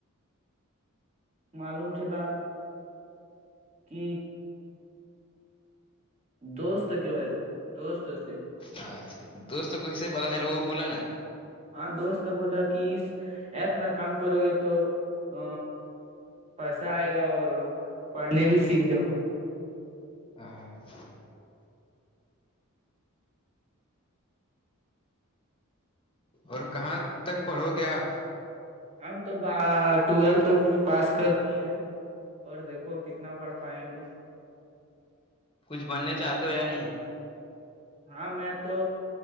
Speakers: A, on the right (about 30°); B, on the left (about 25°).
A: معلوموم چلا کہ دوست کیا ہوا دوست سے
B: اچھا دوستوں کو اس سے پتا چلے وہ بولا نا
A: ہاں دوست بولا کہ اس ایپ میں کام کرو گے تو ا پیسہ آئے گا اور پڑھنے بھی سیکھ جاؤ گے
B: اچھا <unintelligible>
A: گے
B: اور کہاں تک پڑھو گے آپ
A: ہم تو ب ٹویلتھ پاس کر لیے ہیں اور دیکھو کتنا پڑ پائیں گے
B: کچھ بننے چاہتے ہو یا نہیں
A: ہاں میں تو